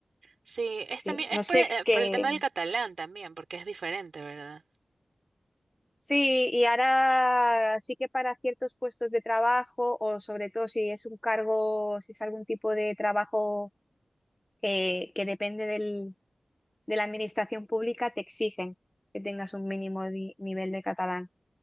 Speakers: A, on the right; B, on the left.
A: Sí, es
B: Sí,
A: también,
B: no
A: es por
B: sé
A: el,
B: qué,
A: por el tema del catalán también, porque es diferente, ¿verdad?
B: Sí, y ahora sí que para ciertos puestos de trabajo, o sobre todo si es un cargo, si es algún tipo de trabajo que, que depende del, de la administración pública, te exigen que tengas un mínimo di- nivel de catalán.